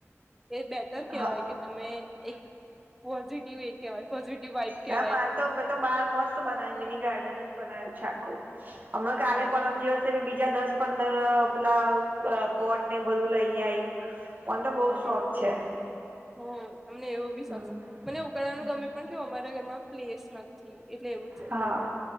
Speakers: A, in the centre; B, on the right.
A: એ પ્લેસ એ કેવાય
B: હા
A: કે તમે એક પોઝિટિવ એ કહેવાય પોઝિટિવ વાઇબ કેહેવાય
B: ના મારે તો બાર મસ્ત બનાવી મિની ગાર્ડન જ બનાય્યુંાખું હમણા કાલે
A: સારું
B: પરમ
A: ને
B: દિવસ બીજા દસ પંદર પેલા પોટ ને બધું લઈ આઈ પણન તો બઉુ
A: હા
B: શોખ છે.
A: હ તમને એવું બી
B: હમ
A: શોખશે મને ઉગળવાનું
B: હમ.
A: ગમે પણ કેવું અમા સુનગરમાં પ્લેસ નથી એટલે એવું છે,
B: હા
A: થોડુ